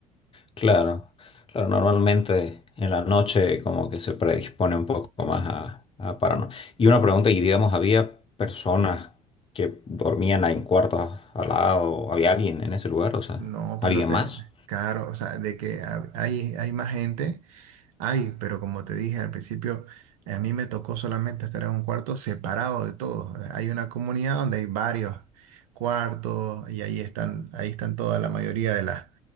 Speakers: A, on the left; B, on the right.
A: claro, claro. Normalmente en la noche como que se predispone un poco más a, a paranoia. Y una pregunta, y digamos, ¿había personas que dormían en cuartos al lado? ¿Había alguien en ese lugar? O sea,
B: No, pero
A: ¿alguien
B: te,
A: más?
B: claro, o sea, de que ha- hay, hay más gente. Ay, pero como te dije al principio, a mí me tocó solamente estar en un cuarto separado de todos. Eh, Hay una comunidad donde hay varios cuartos y ahí están, ahí están toda la mayoría de las,